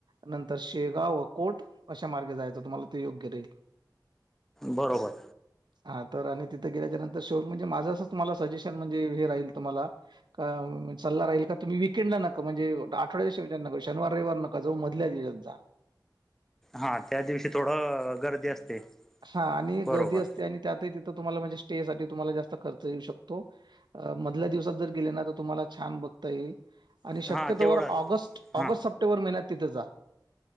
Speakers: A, on the right; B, in the centre.
A: नंतर शेगाव व अकोट अशा मार्गे जायचं तुम्हाला. ते योग्य राहील.
B: बरोबर.
A: हा तर आणि तिथं गेल्याच्या नंतर शो म्हणजे माझं असंच मला सजेशन म्हणजे हे राहील तुम्हाला, का सल्ला राहील तुम्ही विक वीकेंडला नं म्हणजे आठवड्या शेवटी नका शनिवार, रविवार नका जाऊ मधल्या दिवसात जा.
B: हा त्या दिवशी थोडं गर्दी असते.
A: हा आणि
B: बरोबर
A: गर्दी असते. आणि त्यातही तिथं तुम्हाला म्हणजे स्टेसाठी तुम्हाला जास्त खर्च येऊ शकतो, अ मधल्या दिवसात जर गेले ना. छान बघता येईल, आणि शक्यतो
B: हां तेवढं
A: वर ऑगस्ट
B: हां
A: ऑगस्ट, सप्टेंबर महिन्यात तिथे जा.